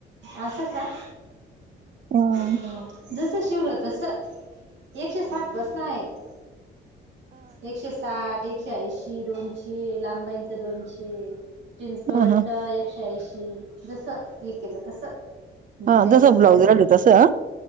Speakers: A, on the right; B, on the right.
A: असं का
B: हा
A: ह जस शिवलं तस. एकशे साठ बसनं आहेत. एकशे साठ एकशे ऐंशी दोनशे लांब बाईंचे दोनशे. प्रिन्स कट
B: हा हा
A: एकशे ऐंशी जस केलं तस डिझाईन
B: हा, जसं
A: वगैरे
B: ब्लाऊज राहिल तसं